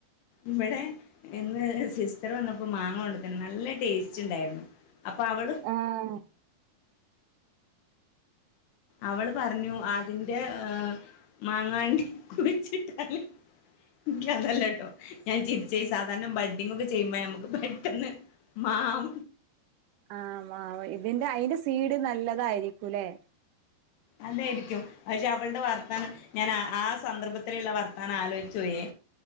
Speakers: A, on the left; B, on the right.
A: ഇവടെ ഇന്ന് സിസ്റ്ററ് വന്നപ്പോ മാങ്ങ കൊണ്ടെ തന്നു നല്ല ടേസ്റ്റ് റ്റിണ്ടായിരുന്നു അപ്പൊ അവള്
B: ആഹ്
A: അവള് പറഞ്ഞു അതിന്റെ ഏഹ് മാങ്ങാണ്ടി കുഴിച്ചിട്ടാല് <unintelligible> ന്നല്ലാട്ടോ ഞാൻ ചിരിച്ചെ സാധാരണ ബഡ്ഡിങ് ഒക്കെ ചെയ്യുമ്പൊയാ നമുക്ക് പെട്ടെന്ന് മാം
B: ആ മാവ് ഇതിന്റെ അതിന്റെ സീഡ് നല്ലതായിരിക്കുലേ
A: അതായിരിക്കും പഷേ അവൾടെ വർത്താനം ഞാൻ ആ ആ സന്ദർഭത്തിലിള്ള വർത്താനം ആലോയിച്ചു പോയേ.